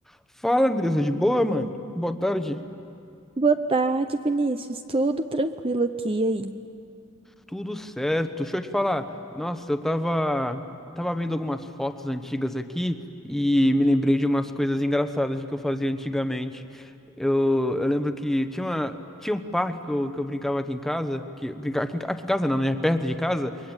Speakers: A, in the centre; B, on the right.
A: Fala, Andressa, de boa, mano? Boa tarde.
B: Boa tarde, Vinícius. Tudo tranquilo aqui e aí?
A: Tudo certo. Deixa eu te falar. Nossa, eu tava, tava vendo algumas fotos antigas aqui e me lembrei de umas coisas engraçadas de que eu fazia antigamente. Eu, eu lembro que tinha uma, tinha um parque que eu, que eu brincava aqui em casa, que brincava aqui, em ca- aqui em casa não, né? É Perto de casa,